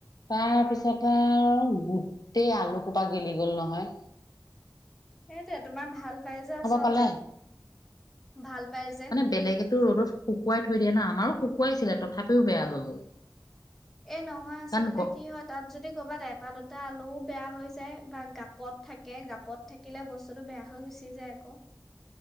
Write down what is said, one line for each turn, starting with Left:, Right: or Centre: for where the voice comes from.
Left: তাৰপিছতে
Centre: অ',
Left: আৰু গোটেই আলু কোপা গেলি গ'ল নহয়ঢ়
Centre: সেইটোৱে তোমাৰ ভাল পাই যে আচলতে
Left: পালে
Centre: ভাল পাই যে
Left: মানে বেলেগেতো ৰদত শুকুৱাই থৈ দিয় ন আমাৰো শুকুৱাই শুকুৱাইছিলে তথাপিও বেয়া হৈ গ'ল
Centre: এ নহয় আচলতে
Left: কাৰণ গ
Centre: কি হয় তাত যদি কৰ'বাত এটা দু দুটা আলুও বেয়া হৈ যায় বা গাপত থাকে গাপত থাকিলে বস্তুটো বেয়া হৈ গুচি যায় আকৌ